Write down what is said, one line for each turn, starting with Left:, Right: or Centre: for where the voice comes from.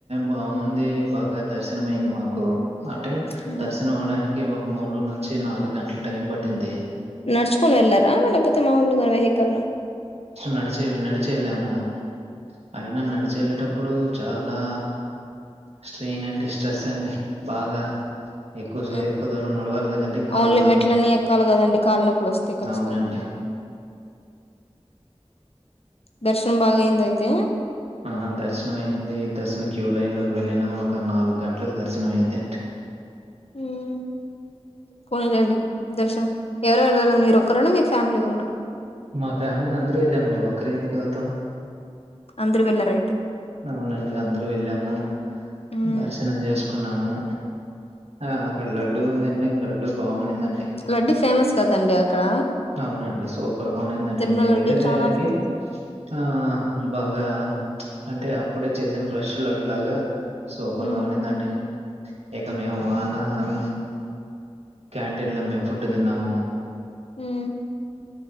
Right: బాగుంది బాగా దర్శనం అయింది మాకు కు అంటే
Left: హ్మ్.
Right: దర్శనమవడానికి ఒక మూడు నుంచి నాలుగు గంటలు టైం పట్టింది
Left: నర్చ వెళ్లారా లేకపోతే మాములుగా వెహికల్
Right: నడిచేవి నడిచే ఎల్లాము అయిన నడిచెల్లేటప్పుడు ఇప్పుడు చాలా పైనుండి స్ట్రెస్ అండి బాగా ఎక్కువ సే
Left: మ్మ్
Right: ఎక్కువ దూరం నడవాలి కదండి కాళ్ళు
Left: ఔన్లే మెట్లన్నీ ఎక్కాలి కదండి కాళ్లు నొప్పులు వస్తాయ్ కచ్చిత
Right: ఉండండి
Left: దర్శనం బాగా అయింద అయితే
Right: ఆ దర్శనం అయింది దర్శన క్యూ లైన్ లోకి వెళ్ళిన ఒక నాలుగు గంటలకు దర్శనం అయింది
Left: హ్మ్ పోనీలేండి దర్శనం ఎవర ఎవరు ఎల్లారు మీరు ఒక్కరేనా మీ ఫ్యామిలీ గూడ
Right: మా ఫ్యామిలీ అందరూ ఎల్లాం అండి ఒక్కరే ఎందుకు వెళ్తాం
Left: అందరు వెళ్ళార
Right: అవునండి అందరు వెళ్ళాము
Left: అయితే
Right: దర్శనం చేసుకున్నాము ఆ అక్కడ లడ్డుూ ఉందండి లడ్డు బాగుండిందండి
Left: లడ్డు ఫేమస్ కదండి అక్కడ
Right: అవునండి సూపర్గా ఉన్నిందండి
Left: తిరుమల
Right: మేము
Left: లడ్డు
Right: వెళ్ళే టయానికి
Left: చానా ఫేమస్
Right: ఆ బాగా చ్ అంటే అప్పుడే చేసిన ఫ్రెష్ లడ్లగా సూపర్గా
Left: ఉమ్
Right: ఉన్నిందండి ఇక మేము అన అన క్యాంటీన్ లో మేము ఫుడ్ తిన్నాము
Left: ఉమ్